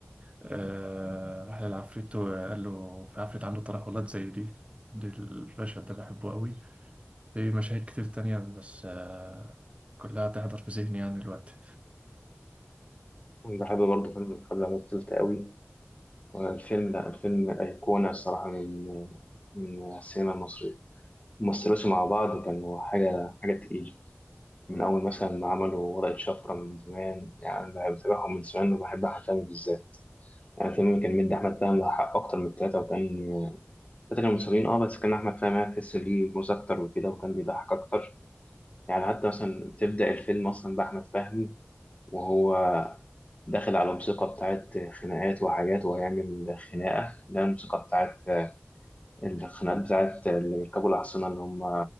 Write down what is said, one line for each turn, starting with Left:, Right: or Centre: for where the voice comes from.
Right: آه، راح للعفريت وقال له في عفريت عنده ترهلات زي دي المشهد ده بحبه قوي في مشاهد كتير تانية بس آه، كلها تحضر في ذهني يعني دلوقتي
Left: بحب برضه فيلم الخبر على التلت قوي الفيلم لا الفيلم أيقونة الصراحة من من السينما المصرية ممثلوش مع بعض كانوا حاجة حاجة تقيلة من أول مثلا ما عملوا ورقة شفرة من زمان يعني بحب- بتابعهم من زمان وبحب أحمد فهمي بالذات يعني الفيلم كان مدي أحمد فهمي حق أكتر من التلاتة وكان التلاتة كانوا متساويين أه بس كان أحمد فهمي هتحس ليه موز أكتر وكده وكان بيضحك أكتر يعني حتى مثلا بتبدأ الفيلم أصلا بأحمد فهمي وهو داخل على موسيقى بتاعت خناقات وحاجات وهيعمل خناقة اللي هي الموسيقى بتاعت الخناقات بتاعت اللي بيركبوا الأحصنة اللي هم